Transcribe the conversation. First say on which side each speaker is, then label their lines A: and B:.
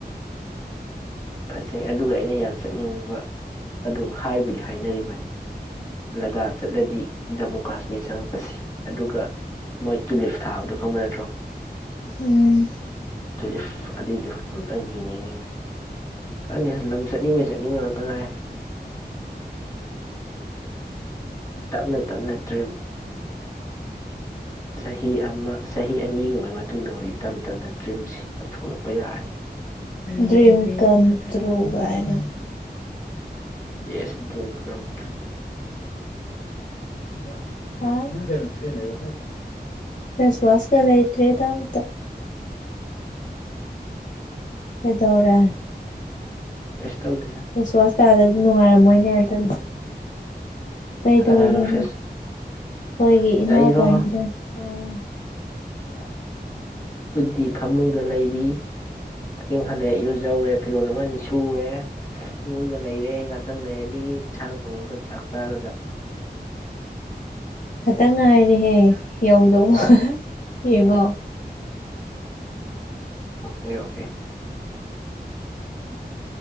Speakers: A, on the left (about 20°); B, on the left (about 50°).
A: ꯐꯖꯩ ꯑꯗꯨꯒ ꯑꯩꯅ ꯌꯥꯝ ꯆꯠꯅꯤꯡꯕ ꯑꯗꯨ ꯍꯥꯏꯕꯨꯗꯤ ꯍꯥꯏꯅꯔꯤꯕꯅꯤ ꯂꯗꯥꯛ ꯆꯠꯂꯗꯤ ꯖꯃꯨ ꯀꯥꯁꯃꯤꯔ ꯆꯪꯉꯛꯄꯁꯤ ꯑꯗꯨꯒ ꯃꯣꯏ ꯇꯨꯂꯤꯞ ꯊꯥꯕꯗꯨ ꯈꯪꯕ ꯅꯠꯇ꯭ꯔꯣ
B: ꯎꯝ
A: ꯇꯨꯂꯤꯞ ꯑꯗꯨꯏꯗꯨ ꯑꯝꯇꯪ ꯌꯦꯡꯅꯤꯡꯉꯤꯃꯤ꯫ ꯈꯪꯗꯦꯗ ꯂꯝ ꯆꯠꯅꯤꯡꯕꯩ ꯆꯠꯅꯤꯡꯕ ꯉꯥꯛꯇ ꯉꯥꯏꯔꯦ꯫ ꯇꯞꯅ ꯇꯞꯅ ꯗ꯭ꯔꯤꯝ ꯆꯍꯤ ꯑꯃ ꯆꯍꯤ ꯑꯅꯤꯒꯨꯝꯕꯒꯤ ꯃꯇꯨꯡꯗꯕꯨꯗꯤ ꯇꯞ ꯇꯞꯅ ꯗ꯭ꯔꯤꯝꯁꯤ ꯑꯣꯏꯊꯣꯛꯂꯛꯄ ꯌꯥꯔꯅꯤ꯫
B: ꯗ꯭ꯔꯤꯝ ꯀꯝ ꯇꯔꯨ ꯒꯥꯏꯅ꯫
A: ꯌꯦꯁ ꯗ꯭ꯔꯤꯝ ꯀꯝ ꯇꯔꯨ ꯫
B: <unintelligible> ꯍꯥ ꯅꯪ ꯀꯩꯅꯣ ꯁꯤꯖꯤꯟꯅꯩꯔꯣ ꯐꯦꯁꯋꯥꯁ ꯐꯦꯁꯋꯥꯁꯀ ꯂꯩꯇ꯭ꯔꯦꯗ ꯑꯝꯇꯥ꯫ ꯀꯩꯗꯧꯔꯦ꯫
A: ꯀꯩꯁꯨ ꯇꯧꯗꯦꯗ
B: ꯐꯦꯁꯋꯥꯁ ꯇꯥꯗꯕꯖꯤ ꯅꯨꯡꯉꯥꯏꯔꯝꯃꯣꯏꯅꯦ ꯑꯗꯨꯅꯤ ꯀꯩꯗꯧꯔꯤꯅꯣ
A: ꯀꯅꯥꯅ ꯐꯦꯁ
B: ꯅꯪ ꯑꯩꯈꯣꯏꯒꯤ ꯏꯅꯥꯎꯄꯥꯅꯤꯅ
A: ꯑꯩꯔꯣ
B: ꯑꯥ ꯗꯗꯥꯅ ꯍꯥꯏꯕꯅꯦ꯫
A: ꯄꯨꯗꯤ ꯐꯃꯨꯡꯗ ꯂꯩꯔꯤ ꯋꯥꯀꯤꯛ ꯍꯜꯂꯦ ꯏꯔꯨꯖꯧꯔꯦ ꯐꯤꯔꯣꯜ ꯑꯃ ꯑꯅꯤ ꯁꯨꯔꯦ ꯐꯃꯨꯡꯗ ꯂꯩꯔꯦ ꯉꯥꯛꯇꯪ ꯂꯩꯔꯅꯤ ꯏꯟꯁꯥꯡ ꯊꯣꯡꯉꯒ ꯆꯥꯛ ꯆꯥꯔꯒ
B: ꯈꯇꯪ ꯉꯥꯏꯔꯦꯍꯦ ꯌꯧꯗꯧꯕ꯫ ꯌꯦꯡꯉꯣ꯫
A: ꯎꯝ Okay okay.